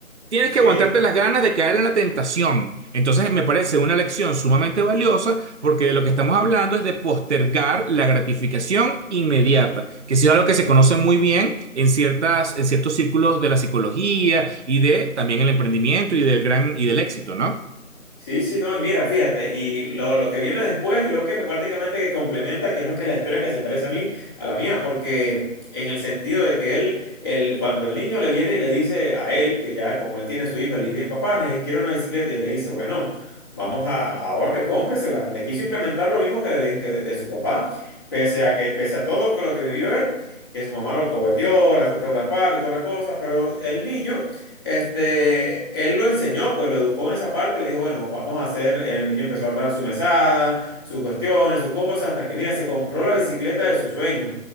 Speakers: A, on the right (about 55°); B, on the left (about 15°).
A: Tienes
B: sí,
A: que aguantarte las ganas de caer en la tentación. Entonces me parece una lección sumamente valiosa porque de lo que estamos hablando es de postergar la gratificación inmediata, que sí es algo que se conoce muy bien en ciertas, en ciertos círculos de la psicología y de también el emprendimiento y del gran y del éxito, ¿no?
B: sí, sí, no, y mira, fíjate, y lo, lo que viene después es lo que me prácticamente que complementa, que es lo que la historia que se parece a mí, a la mía, porque en el sentido de que él, él, cuando el niño le viene y le dice a él, que ya como él tiene su hijo, él le dice, papá, ne- quiero una bicicleta, y él le dice, bueno, vamos a ahorre, cómpresela. Le quiso implementar lo mismo que, le, que de, de su papá, pese a que, pese a todo lo que vivió él, que su mamá lo alcahueteó, la otra parte y toda la cosa, pero el niño. Este, él lo enseñó, pues lo educó en esa parte y le dijo, bueno, vamos a hacer, el niño empezó a ahorrar su mesada, sus cuestiones, sus cosas, hasta que, mira, se compró la bicicleta de sus sueños,